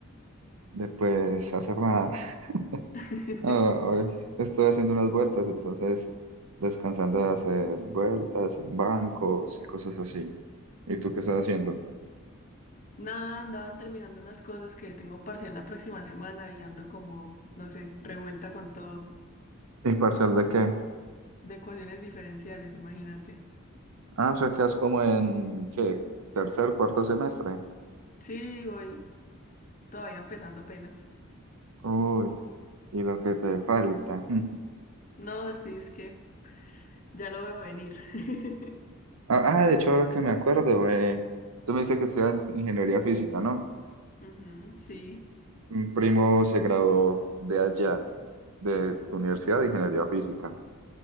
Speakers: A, on the right; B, on the left.
A: de, pues hacer nada. <laughs>
B: <laughs>
A: Ah, Hoy estoy haciendo unas vueltas, entonces descansando de hacer vueltas en bancos y cosas así. ¿Y tú qué estás haciendo?
B: Nada, andaba terminando unas cosas que tengo parcial la próxima semana y ando como, no sé, revuelta con todo,
A: ¿Y parcial de qué?
B: de ecuaciones diferenciales, imagínate.
A: Ah, o sea, quedas como en, ¿qué? Tercer, cuarto semestre.
B: Sí, voy todavía empezando apenas.
A: Uy, y lo que te falta.
B: No, sí, es que ya lo veo venir. <laughs>
A: Ah, ah, de hecho, ahora que me acuerdo, eh, tú me dijiste que estudias ingeniería física, ¿no?
B: Ujú, sí,
A: Un primo se graduó de allá, de tu universidad de ingeniería física.